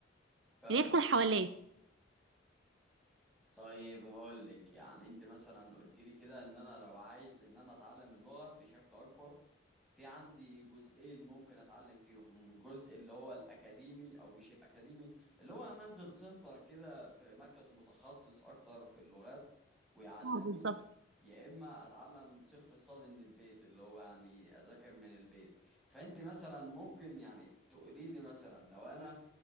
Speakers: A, in the centre; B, on the right.
A: فعلا
B: إن هي تكون حواليك
A: طيب هقول لك يعني انت مثلا قلت لي كده ان انا لو عايز ان انا اتعلم اللغة بشكل اكبر في عندي جزئين ممكن اتعلم فيهم الجزء اللي هو الاكاديمي او مش الاكاديمي اللي هو انا انزل سنتر كده في مركز متخصص اكتر في اللغات ويعلمني
B: اه بالظبط
A: يا اما اتعلم سيلف ستادي من البيت اللي هو يعني اذاكر من البيت فانت مثلا ممكن يعني تقولي لي مثلا لو انا